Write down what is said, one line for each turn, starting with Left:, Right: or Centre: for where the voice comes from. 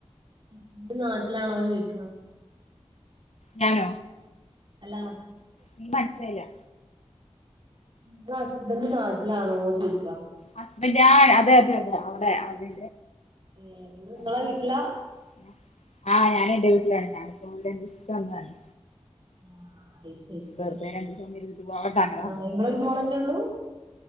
Right: <unintelligible> നാട്ടിലാണോ ചോയിക്കാ
Left: ഞാനോ
Right: അല്ലാ
Left: ഇൻക് മനസിലായില്ല
Right: ഇങ്ങളെ ഹസ്ബൻ്റ് നാട്ടിലാണോ ചോയ്കാ
Left: ഹസ്ബൻഡ് ആ അതെ അതെ അതെ അവിടെ അവിടെ
Right: ഏ നിങ്ങള് നിങ്ങളെ
Left: <unintelligible>
Right: വീട്ടിലാ
Left: ആ ഞാന് എൻന്റെ വീട്ടിലാണ് ഞന് ഇപ്പോ രണ്ടീസത്തിന് വന്നതാണ്
Right: ആ അത് ശരി
Left: വെറുതെ
Right: ഏ
Left: രണ്ട് ദിവസം ഇരുന്നിട്ട് പോവാണ്ട് അങ്ങനെ
Right: ആ ഇങ്ങളൊരു മോളെന്നെള്ളൂ